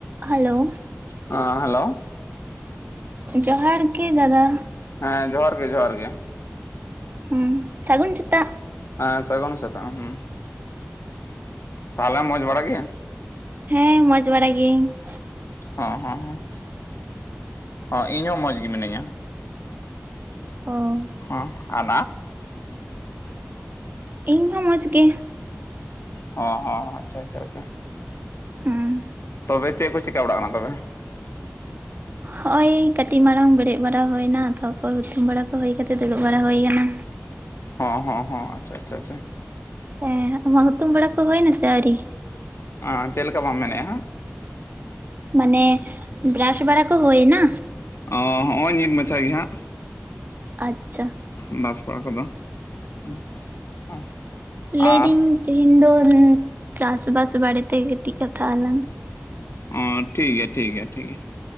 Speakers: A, on the right (about 45°); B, on the left (about 75°).
A: Hello.
B: ᱚᱸ hello.
A: ᱡᱚᱦᱟᱨ ᱜᱮ ᱫᱟᱫᱟ᱾
B: ᱦᱮᱸ ᱡᱚᱦᱟᱨ ᱜᱮ ᱡᱚᱦᱟᱨ ᱜᱮ᱾
A: ᱦᱩᱸ ᱥᱟᱹᱜᱩᱱ ᱥᱮᱛᱟᱜ᱾
B: ᱦᱮᱸ ᱥᱟᱹᱜᱩᱱ ᱥᱮᱛᱟᱜ, ᱦᱩᱸ ᱛᱟᱦᱞᱮ ᱢᱚᱸᱡᱽ ᱵᱟᱲᱟ ᱜᱮᱭᱟ?
A: ᱦᱮᱸ ᱢᱚᱸᱡᱽ ᱵᱟᱲᱟ ᱜᱤᱭᱟᱹᱧ ᱾
B: ᱦᱚᱸ ᱦᱚᱸ ᱦᱚᱸ, ᱦᱚ ᱤᱧ ᱦᱚᱸ ᱢᱚᱸᱡᱽ ᱜᱮ ᱢᱤᱱᱟᱹᱧᱟ᱾
A: ᱚ᱾
B: ᱦᱩᱸ ᱟᱨ
A: ᱤᱧ ᱦᱚᱸ ᱢᱚᱡᱽ ᱜᱮ᱾
B: ᱦᱚᱸ ᱦᱚᱸ ᱦᱚᱸ ᱟᱪᱪᱷᱟ ᱟᱪᱪᱷᱟ ᱟᱪᱪᱷᱟ᱾
A: ᱦᱩᱸ,
B: ᱛᱚᱵᱮ ᱪᱮᱫ ᱠᱚ ᱪᱤᱠᱟ ᱵᱟᱲᱟᱜ ᱠᱟᱱᱟ ᱛᱚᱵᱮ?
A: <unintelligible> ᱱᱚ-ᱚᱭ ᱠᱟᱹᱴᱤᱡ ᱢᱟᱲᱟᱝ ᱵᱮᱨᱮᱫ ᱵᱟᱲᱟ ᱦᱩᱭ ᱮᱱᱟ ᱛᱟᱯᱚᱨ ᱦᱩᱛᱩᱢ ᱵᱟᱲᱟ ᱠᱚ ᱦᱩᱭ ᱠᱟᱛᱮ ᱫᱩᱲᱩᱵ ᱵᱟᱲᱟ ᱦᱩᱭ ᱠᱟᱱᱟ᱾
B: ᱦᱚᱸ ᱦᱚᱸ ᱦᱚᱸ ᱟᱪᱪᱷᱟ ᱟᱪᱪᱷᱟ ᱟᱪᱪᱷᱟ᱾
A: ᱦᱮᱸ ᱟᱢᱟᱜ ᱦᱩᱛᱩᱢ ᱵᱟᱲᱟ ᱠᱚ ᱦᱩᱭᱱᱟ ᱥᱮ ᱟᱹᱣᱨᱤ?
B: ᱚᱸ ᱪᱮᱫ ᱞᱮᱠᱟ ᱵᱟᱢ ᱢᱮᱱᱮᱜᱼᱟ ᱦᱟᱸᱜ
A: ᱢᱟᱱᱮ ᱵᱨᱟᱥ ᱵᱟᱲᱟ ᱠᱚ ᱦᱳᱭᱱᱟ?
B: ᱚ ᱦᱸᱚᱜᱼᱚᱭ ᱱᱤᱛ ᱢᱟᱪᱷᱟ ᱜᱮ ᱦᱟᱸᱜ᱾
A: ᱟᱪᱪᱷᱟ᱾
B: <unintelligible>
A: ᱞᱟᱹᱭᱫᱟᱹᱧ
B: ᱟᱨ
A: ᱛᱮᱦᱮᱧ ᱫᱚ ᱪᱟᱥᱵᱟᱥ ᱵᱟᱨᱮᱛᱮ ᱠᱟᱹᱴᱤᱡ ᱠᱟᱛᱷᱟᱜ ᱟᱞᱟᱝ᱾
B: ᱚ ᱴᱷᱤᱠ ᱜᱮᱭᱟ ᱴᱷᱤᱠ ᱜᱮᱭᱟ ᱴᱷᱤᱠ ᱜᱮᱭᱟ᱾